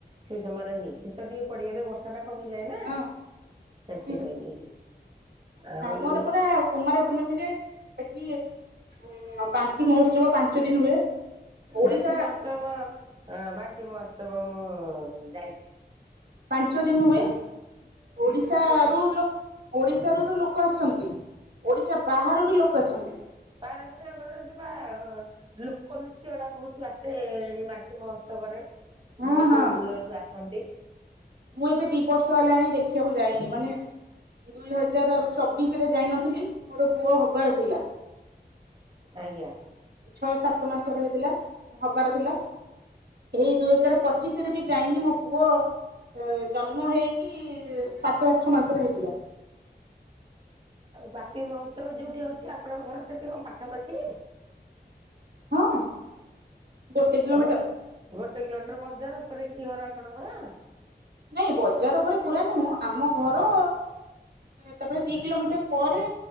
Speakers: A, on the right; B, on the right.
A: ସେଇ ସମୟରେ ହୁଏ ଶୀତ ଟଏ ପଡିଆରେ ବର୍ଷ ଥଣ୍ଡା କମିଯାଏ ନାଁ
B: ହଁ
A: ସେଥିପାଇଁ।
B: ହୁଁ
A: ଆଉ
B: ଆମର ପୁରା କୁମାର ପୂର୍ଣ୍ମୀ ରେ ଏଠି ଉ ପାନ୍ତି ମହୋତ୍ସବ ପାଞ୍ଚ ଦିନ ହୁଏ। ଓଡିଶା
A: ବାକି ମତ୍ସବ ହଁ ବାକି ମତ୍ସବ ମୁଁ ଯାଇଛି।
B: ପାଞ୍ଚ ଦିନି ହୁଏ
A: ଦି
B: ଓଡ଼ିଶାରୁ
A: ଦିଥର ଯାଇଛି
B: ଲୋ ଓଡିଶାରୁ ତ ଲୋକ ଆସନ୍ତି ଓଡିଶା ବାହାରୁ ବି ଲୋକ ଆସନ୍ତି।
A: ପାରସମଣ ଅଡରରେ ଯିବା ଲୋକ ନୃତ୍ୟ ଟା ବହୁତ ଆସେ ବାକି ମହୋତ୍ସବରେ।
B: ହଁ
A: ବହୁତୁ
B: ହଁ
A: ଦୂରରୁ ଆସନ୍ତି।
B: ମୁଁ ଏବେ ଦି ବର୍ଷ ହେଲାଣି ଦେଖିବାକୁ ଯାଇନି ମାନେ ଦୁଇ ହଜାର ଚବିଶ ରେ ଯାଇନଥିଲି ମୋର ପୁଅ ହବାର ଥିଲା।
A: ଆଜ୍ଞା
B: ଛଅ ସାତ ମାସର ହେଇଥିଲା ହବାର ଥିଲା ଏଇ ଦୁଇ ହଜାର ପଚିଶ ରେ ବି ଯାଇନି ମୋ ପୁଅ ଜନ୍ମ ହେଇକି ସାତ ଆଠ ମାସରେ ହେଇଥିଲା।
A: ବାକି ମହୋତ୍ସବ ଯୋଉଠି ହଉଚି ଆପଣଙ୍କ ଘର ସେଠି କଣ ପାଖାପାଖି।
B: ହଁ ଗୋଟେ କିଲୋମିଟର।
A: ମୁଁ ଗୋଟେ କିଲୋମିଟର ବଜାର ଉପରେ କି ଘର ଆପଣଙ୍କର।
B: ନାଇଁ ବଜାର ଉପରେ ପୁରା ନୁହଁ ଆମ ଘର ତାପରେ ଦି କିଲୋମିଟର ପରେ